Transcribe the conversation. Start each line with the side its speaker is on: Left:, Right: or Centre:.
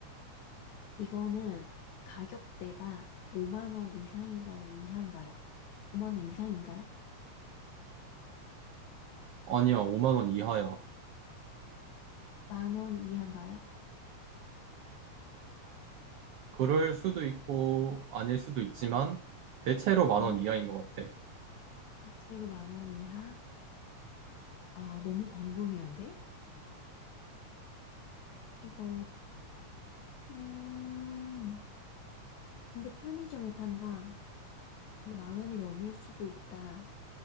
Left: 이거는 가격대가 5만 원 이상인가요? 이하인가요? 5만 원 이상인가요?
Right: 아니야, 5만 원 이하야.
Left: 만원 이하인가요?
Right: 그럴 수도 있고 아닐 수도 있지만 대체로 만
Left: 응?
Right: 원 이하인 것 같아.
Left: 실제로 만원 이하? 아, 너무 광범위한데? 이거, 음, 근데 편의점에 판다. 근데 만 원이 넘을 수도 있다.